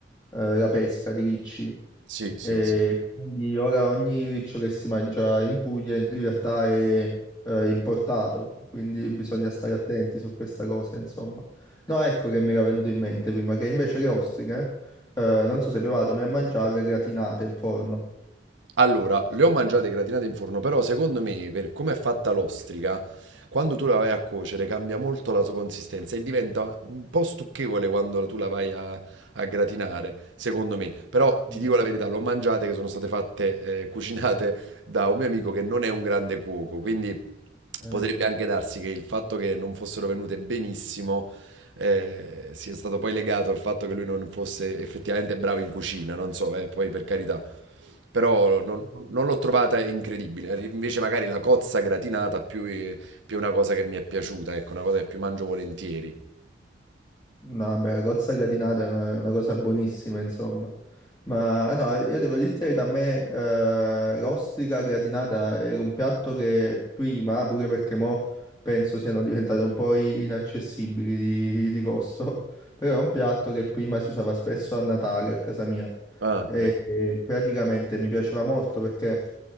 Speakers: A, on the left (about 20°); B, on the right (about 80°).
A: eh, la pesca di ricci
B: Sì, sì,
A: E
B: sì.
A: quindi ora ogni riccio che si mangia in Puglia in realtà è eh, importato, quindi bisogna stare attenti su questa cosa, insomma. No, ecco che mi era venuto in mente prima, che invece le ostriche, eh, non so se hai provato, ma a mangiarle gratinate in forno.
B: Allora, le ho mangiate gratinate in forno, però secondo me, per come è fatta l'ostrica, quando tu la vai a cuocere cambia molto la sua consistenza e diventa un po' stucchevole quando tu la vai a, a gratinare, secondo me. Però ti
A: Mm,
B: dico la verità, l'ho mangiate che sono state fatte, eh, cucinate da un mio amico che non è un grande cuoco, quindi
A: Ok.
B: potrebbe anche darsi che il fatto che non fossero venute benissimo, eh, sia stato poi legato al fatto che lui non fosse effettivamente bravo in cucina, non so, eh, poi per carità. Però non, non l'ho trovata incredibile. Invece magari la cozza gratinata più, è- più è una cosa che mi è piaciuta, ecco, una cosa che più mangio volentieri.
A: No, beh, la cozza gratinata è una, è una cosa buonissima, insomma. Ma no, io devo dirti la verità, a me eh, l'ostrica gratinata era un piatto che prima, pure perché mo penso siano diventate un po' i- inaccessibili di, di costo, <laughs> però è un piatto che prima si usava spesso a Natale a casa mia
B: Ah,
A: e,
B: ecco.
A: e praticamente mi piaceva molto perché